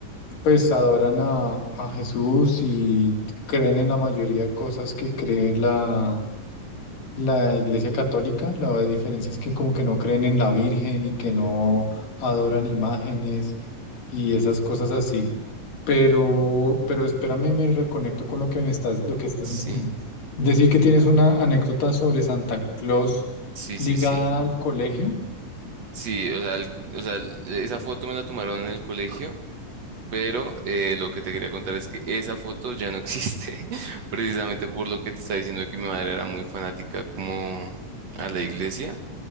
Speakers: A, on the left; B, on the right.
A: pues adoran a, a Jesús y creen en la mayoría de cosas que cree la, la Iglesia Católica, la diferencia es que como que no creen en la Virgen y que no adoran imágenes y esas cosas así. Pero, pero espérame, me reconecto con lo que me estás, lo que estás
B: Sí,
A: diciendo. Decir que tienes una anécdota sobre Santa Claus
B: sí,
A: ligada
B: sí, sí.
A: al colegio.
B: Sí, o sea, el- o sea, el- esa foto me la tomaron en el colegio, pero eh, lo que te quería contar es que esa foto ya no existe, <laughs> precisamente por lo que te estaba diciendo de que mi madre era muy fanática como a la iglesia.